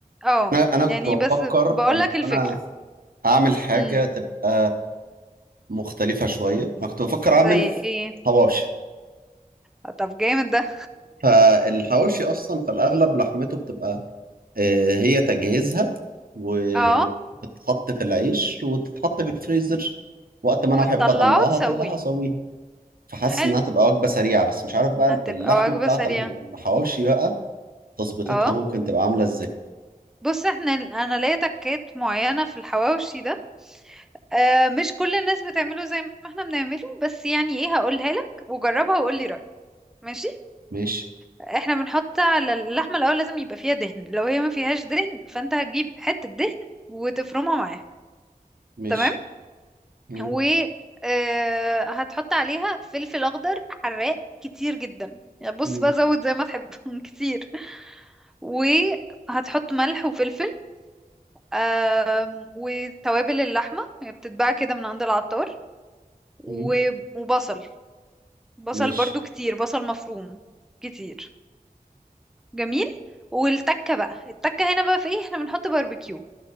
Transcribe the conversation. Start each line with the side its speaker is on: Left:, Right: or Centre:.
Centre: اه
Right: أنا أنا
Centre: يعني
Right: كنت
Centre: بس
Right: بفكر
Centre: بقولك
Right: إن
Centre: الفكرة
Right: أنا أعمل حاجة
Centre: امم
Right: تبقى مختلفة شوية أنا كنت بفكر أعمل
Centre: زي ايه
Right: حواوشي
Centre: آه، طب جامد ده
Right: فالحواوشي اصلا في الاغلب لحمته بتبقى آه، هي تجهيزها وبتتحط
Centre: اه
Right: في العيش وتتحط في الفريزر وقت ما
Centre: وتطلعه
Right: انا احب اطلعها
Centre: وتسويه
Right: اطلعها اسويها فحاسس
Centre: حلو
Right: انها تبقى وجبه سريعه بس مش عارف بقى
Centre: هتبقى
Right: اللحمه
Centre: وجبة
Right: بتاعت
Centre: سريعة
Right: الحواوشي بقى تظبيطتها
Centre: اه
Right: ممكن تبقى عامله ازاي
Centre: بص احنا انا ليا تكات معينة في الحواوشي ده آه مش كل الناس بتعمله زي ما احنا بنعمله بس يعني ايه هقولها لك وجربها وقول لي رأيك ماشي
Right: ماشي
Centre: احنا بنحط على اللحمة الاول لازم يبقى فيها دهن لو هي ما فيهاش دهن فانت هتجيب حتة دهن وتفرمها معاها
Right: ماشي
Centre: تمام
Right: مم،
Centre: و آه، هتحط عليها فلفل اخضر حراق كتير جدا يعني بص
Right: مم،
Centre: بقى زود زي ما تحب <laughs> كتير وهتحط ملح وفلفل آم، وتوابل اللحمة هي بتتباع كده من عند العطار و-
Right: مم،
Centre: وبصل بصل
Right: ماشي
Centre: برضو كتير بصل مفروم كتير جميل والتكة بقى التكة هنا بقى في ايه احنا بنحط باربيكيو